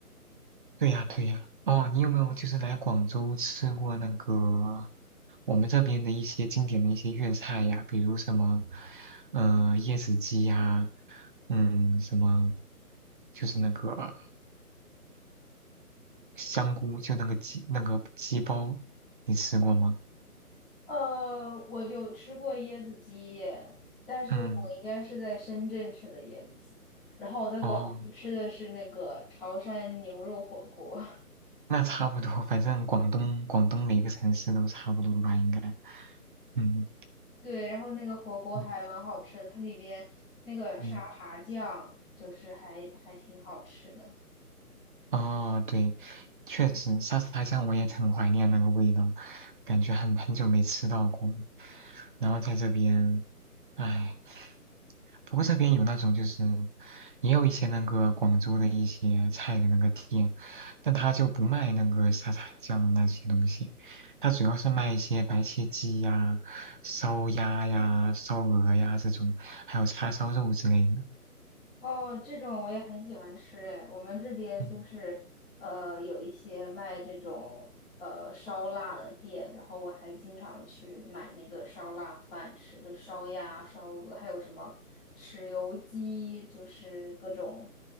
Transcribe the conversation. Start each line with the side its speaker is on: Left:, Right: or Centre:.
Right: 对呀对呀。哦，你有没有就是来广州吃过那个我们这边的一些经典的一些粤菜呀？比如什么，嗯，椰子鸡呀，嗯，什么就是那个香菇，就那个鸡那个鸡包，你吃过吗？
Centre: 呃，我有吃过椰子鸡，但是我应该是在深圳吃的椰子鸡，
Right: 嗯。
Centre: 然后我在广州吃的是那个潮汕牛肉火锅，
Right: 哦，那差不多，反正广东广东每个城市都差不多吧，应该。嗯
Centre: <laughs> 对，然后那个火锅还蛮好吃的，
Right: 嗯
Centre: 它里边那个沙茶酱就是还还挺好吃的。
Right: 嗯，哦，对，确实沙茶酱我也很怀念那个味道，感觉很很久没吃到过了。然后在这边，唉。不过这边有那种就是，也有一些那个广州的一些菜的那个店，但他就不卖那个沙茶酱那些东西，他主要是卖一些白切鸡呀、烧鸭呀、烧鹅呀这种，还有叉烧肉之类的。
Centre: 哦，这种我也很喜欢吃诶，我们这边就是呃有一些卖这种呃烧腊的店，
Right: 嗯，
Centre: 然后我还经常去买那个烧腊饭吃，就烧鸭、烧鹅，还有什么豉油鸡，就是各种